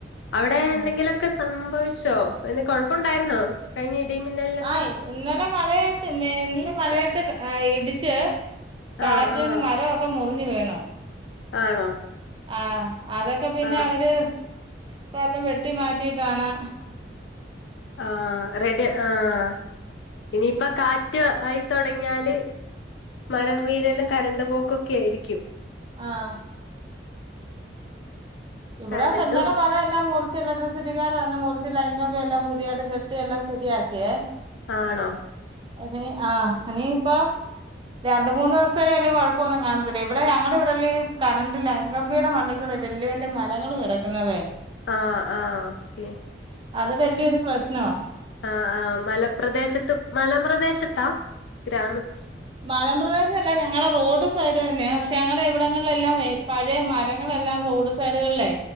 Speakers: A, on the left; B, on the right.
A: അവിടെ
B: ആ
A: എന്തെങ്കിലൊക്കെ സംഭവിച്ചോ പിന്നെ കൊഴപ്പൊണ്ടായിരുന്നോ? കഴിഞ്ഞ ഇടീം മിന്നൽനൊക്കെ
B: ആ ഇന്നലെ മഴയത്ത് മെ ഇന്ന് മഴയത്തൊക്ക് ഏ ഇടിച്ച് കാറ്റിന്ന്
A: ആഹ് ആഹ്
B: മരവൊ ക്ക മുറിഞ്ഞ് വീണു.
A: ആണോ
B: ആഹ് അതൊക്കെ പിന്നവര്
A: ആഹ്
B: വന്ന് വെട്ടി മാറ്റിട്ടാണ്.
A: ആഹ് റെഡി ആഹ് ഇനിയിപ്പൊ കാറ്റ് ആയി തൊടങ്ങിയാല്. മരം വീഴലും കരണ്ട് പോക്കൊക്കെ ആയിരിക്കും.
B: ആഹ് ഇവടെക്കെ
A: കരണ്ടും
B: ഇന്നലെ മര എല്ലാം മുറി ചില ഇലക്ട്രിക് സിറ്റിക്കാർ വന്ന് മുറിച്ചിലൈങ്കമ്പി എല്ലാം പുതിയാതയിട്ട് കെട്ടി എല്ലാം ശരിയാക്കിയ.
A: ആണോ?
B: അ ആ നീ ഇപ്പൊ രണ്ട് മൂന്ന് ദിവസ വല്ലും കുഴപ്പമൊന്നും കാണത്തില്ല ഇവിടെ ഞടെ ഇവിടെല്ല കറണ്ട് ലൈൻ കമ്പിയുടെ മ വലയ വല് മരങ്ങള് കിടക്കുന്നതെ
A: ആഹ് ആഹ് ഓക്കെ
B: അത് വലിയൊരു പ്രശ്നമാണ്
A: ആഹ് ആഹ് മലപ്രദേശത്ത് മലപ്രദേശത്താ ഗ്രാമ
B: <unintelligible> മരംപ്രദേശ അല്ല ഞങ്ങളുടെ റോഡ് സൈഡ് തന്നെയ പക്ഷെ ഞങ്ങളുടെ ഇവിടങ്ങളിലെല്ലാം പഴയ മരങ്ങളെല്ലാം റോഡ് സൈഡുകളല്ലേ